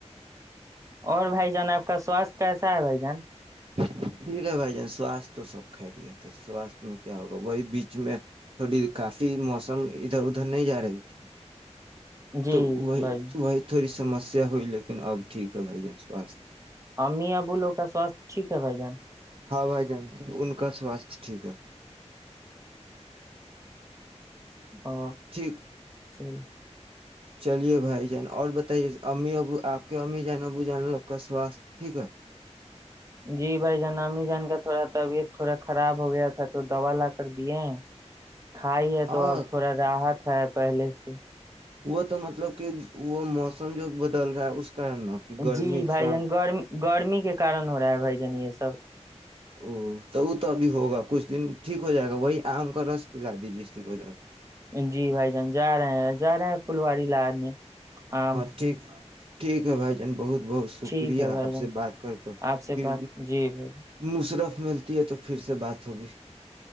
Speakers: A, on the right (about 25°); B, on the right (about 50°).
A: اور بھائی جان آپ کا سواستھ کیسا ہے بھائی جان
B: ٹھیک ہے بھائی جان سوستھ تو سب کھہ رہیے تھے سواستھ میں کیا ہوگا وہی بیچ میں تھوڑی کافی موسم ادھر ادھر نہیں جا رہی تھی
A: جی
B: تو وہ
A: بھائی
B: و تھڑ س سمسیا ہوئی لیکن اب ٹھ ہے بھائی جان سواھ
A: ہم ابوولو کا سواست ٹھیک ہے بائی جان
B: ہاں بھائی جان ان کا سواستھ ٹھیک ہے
A: ہ
B: ٹھیک
A: چل
B: چلیے بھائی جان اور بتائیے امی ابو آپ کے امی جان ابو جان لوگ کا سواستھ ٹھیک ہے
A: جی بھائی جان امی جان کا تھوڑا طبیعت تھوڑا خراب ہو گیا تھا تو دوا لا کر دی ہیں کھائی ہے
B: ہاں
A: تو اب تھوڑا راحت ہے پہلے سے
B: وہ تو مطلب کہ وہ موسم جو بدل رہا ہے اس کارن نا کہ گرمی
A: جی بھائی
B: شام
A: جان گر گرمی کے کارن ہو رہا ہے بھائی نی یہ سب
B: او تو وہ تو ابھی ہوگا کچھ دن ٹھیک ہو جائے گا وہی آم کا رس پلا دیجیے ٹھیک ہو جائے گا
A: جی بھائی جان جا رہے ہیں جا رہے ہیں فلواری لا نے آم
B: ہاں ٹھیک ٹھیک ہے بھائی جان بہت بہت شکریہ
A: ٹھیک ہے بھائی
B: آپ
A: جان
B: سے بات کر کر
A: آپ سے
B: پھر
A: بات جی بھائی
B: مصرف ملتی ہے تو پھر سے بات ہوگی